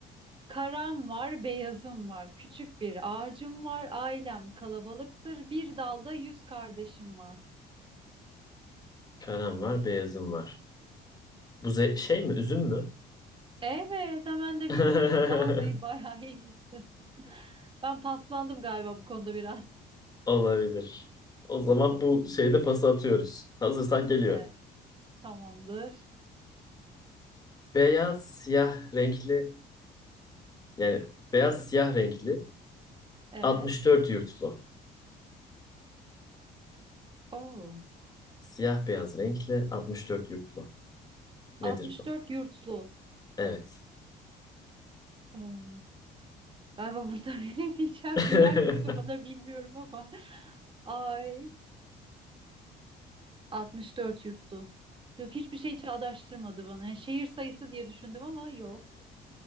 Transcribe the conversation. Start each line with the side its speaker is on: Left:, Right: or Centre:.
Right: Karam var, beyazım var. Küçük bir ağacım var. Ailem kalabalıktır. Bir dalda yüz kardeşim var.
Left: Karam var, beyazım var. Bu ze- şey mi, üzüm mü?
Right: Evet, hemen de
Left: <laughs>
Right: bildin. <laughs> Vallahi bayağı iyiymişsin. <laughs> Ben paslandım galiba bu konuda biraz.
Left: Olabilir. O zaman bu şeyde pas atıyoruz. Hazırsan geliyor.
Right: Ee, tamamdır.
Left: Beyaz, siyah renkli yani beyaz siyah renkli
Right: Evet.
Left: 64 yurtlu.
Right: Oo.
Left: Siyah beyaz renkli 64 yurtlu. Nedir
Right: 64
Left: bu?
Right: yurtlu.
Left: Evet.
Right: Im, galiba bunları <laughs> bilemeyeceğim.
Left: <laughs>
Right: Güler misin bana bilmiyorum ama. <laughs> Ay. 64 yuttu. Yok hiçbir şey çağdaştırmadı bana. Yani şehir sayısı diye düşündüm ama yok.